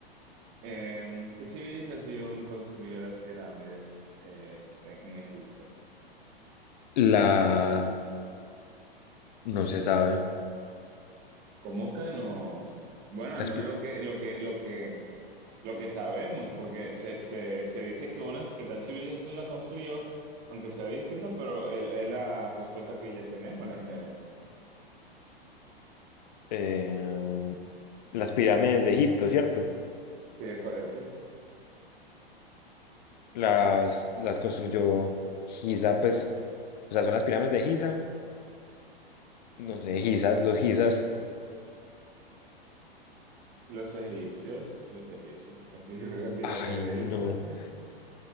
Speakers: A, on the right (about 35°); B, on the left (about 45°).
A: Em, ¿qué civilización construyó las pirámides eh, en, en Egipto?
B: La... No se sabe.
A: ¿Cómo que no? Bueno,
B: Las,
A: al menos
B: pi-
A: lo que, lo que, lo que, lo que sabemos, porque se, se, se dice que unas, que tal civilización la construyó, aunque sea distinta, pero es es la respuesta que ya tenemos, la general.
B: eh, las pirámides de Egipto, ¿cierto?
A: Sí, es correcto.
B: las, las construyó Giza, pues, o sea, son las pirámides de Giza. No sé, Gizas, los Gizas.
A: Los egipcios, los egipcios <laughs> construyeron la pirámide
B: Ay,
A: de
B: no,
A: Egipto.